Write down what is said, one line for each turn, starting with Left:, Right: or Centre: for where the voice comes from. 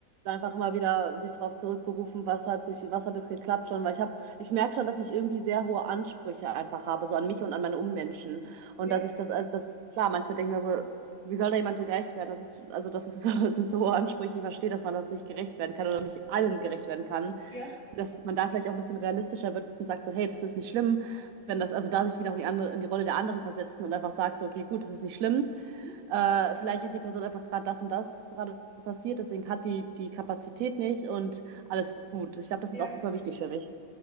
Right: einfach immer wieder sich darauf zurückberufen, was hat sich, was hat es geklappt schon, weil ich habe, ich merke schon, dass ich irgendwie sehr hohe Ansprüche einfach habe, so an mich und an meine Ummenschen. Und
Left: ja,
Right: dass ich das, also das, klar, manchmal denke ich mir so, wie soll da jemand so gerecht werden? Das ist, also das ist, <laughs> so, das sind so hohe Ansprüche. Ich verstehe, dass man das nicht gerecht werden kann oder nicht allen gerecht werden kann.
Left: ja,
Right: Dass man da vielleicht auch ein bisschen realistischer wird und sagt so, hey, das ist nicht schlimm, wenn das, also da sich wieder auch in die andere, in die Rolle der anderen versetzen und einfach sagt so, okay, gut, das ist nicht schlimm.
Left: mhm.
Right: Äh, vielleicht hat die Person einfach gerade das und das gerade passiert, deswegen hat die die Kapazität nicht und alles gut. Ich glaube, das
Left: ja,
Right: ist auch super wichtig für mich.